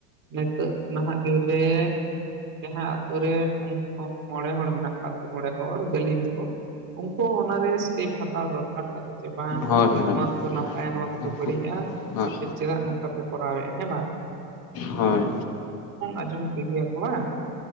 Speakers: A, on the right (about 40°); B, on the left (about 45°).
A: ᱱᱤᱛᱚᱜ ᱱᱟᱦᱟᱜ ᱫᱤᱱ ᱨᱮ ᱡᱟᱦᱟᱸ ᱟᱛᱳ ᱨᱮ ᱠᱩ <inaudible> ᱢᱚᱬᱮ ᱦᱚᱲ ᱢᱮᱱᱟᱜ ᱠᱚᱣᱟ ᱟ ᱢᱚᱬᱮ ᱦᱚᱲ ᱜᱟᱹᱞᱤᱢ ᱠᱚ, ᱩᱱᱠᱩ ᱚᱱᱟᱨᱮ ᱥᱴᱮᱯ ᱦᱟᱛᱟᱣ ᱫᱚᱨᱠᱟᱨ ᱛᱟᱠᱚ ᱡᱮ ᱵᱟᱝ
B: ᱦᱳᱭ
A: ᱼᱼ
B: ᱦᱳᱭ
A: ᱱᱚᱣᱟ ᱠᱚᱫᱚ ᱱᱟᱯᱟᱭᱟ ᱱᱚᱣᱟ ᱠᱚᱫᱚ
B: ᱩᱱᱠᱩ
A: ᱵᱟᱹᱲᱤᱡᱼᱟ
B: ᱦᱳᱭ
A: ᱟᱯᱮ ᱪᱮᱫᱟᱜ ᱱᱚᱝᱠᱟ ᱯᱮ ᱠᱚᱨᱟᱣᱮᱫᱼᱟ ᱦᱮᱸ ᱵᱟᱝ ᱾
B: ᱦᱳᱭ
A: ᱟᱡᱚᱢ ᱠᱮ ᱜᱮᱭᱟ ᱠᱚ ᱵᱟᱝ